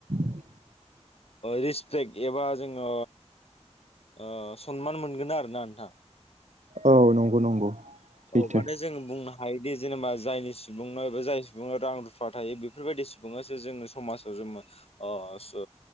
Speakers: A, on the right; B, on the left.
A: <inaudible>
B: रिसपेक्ट एबा जोंङो ओ सनमान मोनगोन आरोना नोंथां।
A: औ नंगौ नंगौ सैथो
B: अ माने जों बुंनो हायोदि जेनेबा जायनि सुबुंनाव एबा जाय सुबुंनाव रां रुफा थायो बेफोरबायदि सुबुंआसो जोंनि समाजाव ओ सो